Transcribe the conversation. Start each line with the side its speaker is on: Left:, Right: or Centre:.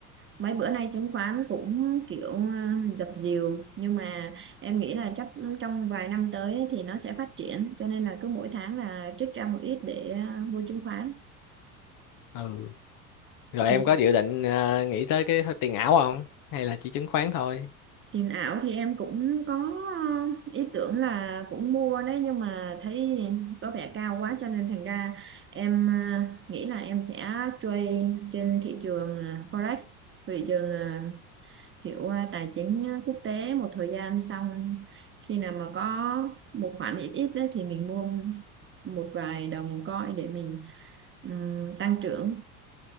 Right: mấy bữa nay chứng khoán cũng kiểu ờ, dập dìu nhưng mà em nghĩ là chắc trong vài năm tới ấy thì nó sẽ phát triển cho nên là cứ mỗi tháng là trích ra một ít để ờ, mua chứng khoán
Left: ừ rồi
Right: thì
Left: em có dự định ờ, nghĩ tới cái tiền ảo không hay là chỉ chứng khoán thôi
Right: tiền ảo thì em cũng có ờ, ý tưởng là cũng mua đấy nhưng mà thấy có vẻ cao quá cho nên thành ra em ờ, nghĩ là em sẽ trade trên thị trường ờ, Forex thị trường à, kiểu à, tài chính à, quốc tế một thời gian xong khi nào mà có một khoản ít ít đấy thì mình mua một vài đồng coin để mình ừm, tăng trưởng